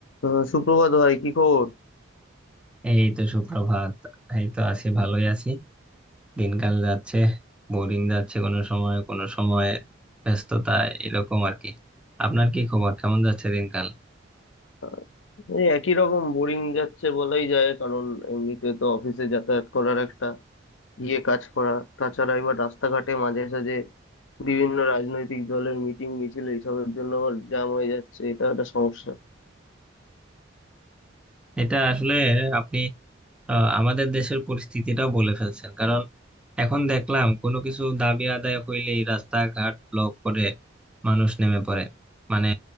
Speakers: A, on the left; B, in the centre.
A: আহ, সুপ্রভাত ভাই কি খবর
B: এই তো সুপ্রভাত এই তো আছি ভালোই আছি দিনকাল যাচ্ছে বোরিং যাচ্ছে কোনো সময় কোনো সময় ব্যস্ততা এরকম আর কি আপনার কি খবর কেমন যাচ্ছে দিনকাল
A: আহ, এই একই রকম বোরিং যাচ্ছে বলাই যায় কারণ এমনিতে তো অফিসে যাতায়াত করার একটা গিয়ে কাজ করা তাছাড়া এবার রাস্তাঘাটে মাঝে সাঝে বিভিন্ন রাজনৈতিক দলের মিটিং মিছিল এইসবের জন্য আবার জ্যাম হয়ে যাচ্ছে এটা একটা সমস্যা
B: এটা আসলে আপনি আহ, আমাদের দেশের পরিস্থিতিটাও বলে ফেলছেন কারণ এখন দেখলাম কোনো কিছু দাবি আদায় হইলেই রাস্তাঘাট ব্লক করে মানুষ নেমে পড়ে মানে